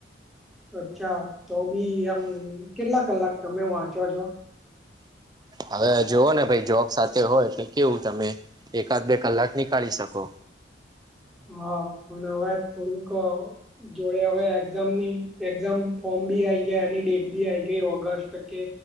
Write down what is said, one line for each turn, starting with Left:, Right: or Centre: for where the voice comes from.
Centre: અચ્છા તો બી આમ કેટલા કલાક તમે વાંચો છો?
Right: હવે જોવો ને ભાઈ જોબ સાથે હોય એટલે કેવું તમે એકાદ બે કલાક નીકાળી શકો.
Centre: હા પણ હવે થોડુંક જોડે હવે એક્ઝામની એક્ઝામ ફોર્મ બી આઈ ગયા એની ડેટ બી આઈ ગઈ ઓગસ્ટ કે